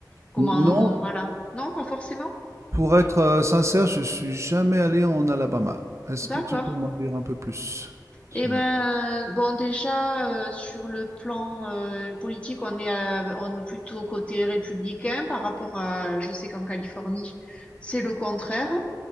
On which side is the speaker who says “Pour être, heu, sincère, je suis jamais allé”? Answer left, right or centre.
Right